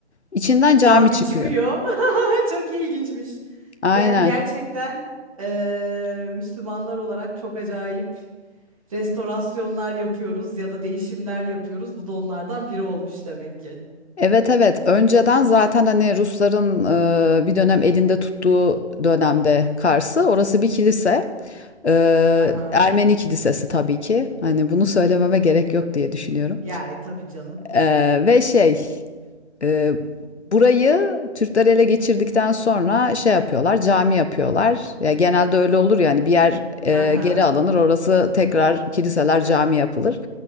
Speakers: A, on the left; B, on the right.
A: İçinden cami
B: cami
A: çıkıyor.
B: çıkıyor. <laughs> Çok ilginçmiş.
A: Aynen.
B: Yani gerçekten eee, Müslümanlar olarak çok acayip restorasyonlar yapıyoruz ya da değişimler yapıyoruz. Bu da onlardan biri olmuş demek ki.
A: Evet evet önceden zaten hani Rusların e, bir dönem elinde tuttuğu dönemde Kars'ı orası bir kilise E,
B: Aha.
A: Ermeni kilisesi tabii ki hani bunu söylememe gerek yok diye düşünüyorum
B: Ya e, tabii canım.
A: E, ve şey ee, burayı Türkler ele geçirdikten sonra şey yapıyorlar, cami yapıyorlar. Ya genelde öyle olur yani bir yer e,
B: Aha.
A: geri alınır, orası tekrar kiliseler, cami yapılır.